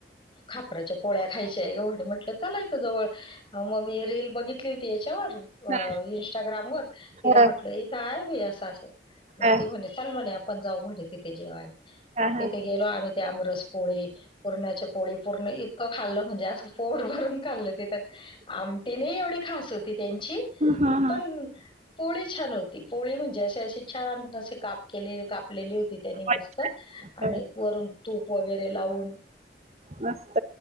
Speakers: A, on the left (about 30°); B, on the right (about 40°).
A: खापराच्या पोळ्या खायच्या आहे गं म्हणे म्हंटलं चला इथं जवळ. मग मी रेल बघितली होती याच्यावर. अ
B: हा
A: इंस्टाग्राम वर तिला
B: हा
A: म्हटलं इथ आहे बाई असं असं मग
B: हा
A: ती म्हणे. चल म्हणे आपण जाऊ म्हे तिथे जेवायला
B: हा
A: तिथे
B: हा
A: गेलो आम्ही त्याआमरस पोळी पुरणाची पोळी पूर्ण इतकं खाल्लं म्हणजे. पोट भरून खाल्लं ते तर आमटी नाही, एवढी खास होती त्यांची.
B: हा.
A: पण पोळी छान होती पोळी म्हणजे असे असशी छान असे काप के कापलेली होती त्यांनी
B: हा
A: मस्त आणि
B: हा
A: वरून तूप वगैरे लावून.
B: मस्त